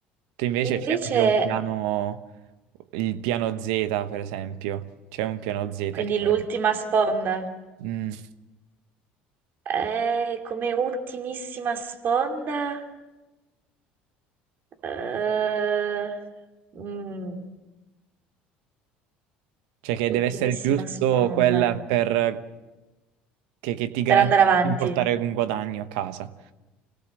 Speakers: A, on the right; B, on the right.
A: Tu invece
B: invece,
A: c'è proprio un piano, il piano Z, per esempio. C'è un piano Z
B: quindi
A: che avresti.
B: l'ultima sponda.
A: Mm.
B: Eh, come ultimissima sponda... eh, mm,
A: Cioè che
B: ultimissima
A: deve essere giusto
B: sponda.
A: quella per... che, che ti garantisce
B: Per andare avanti.
A: di portare un guadagno a casa.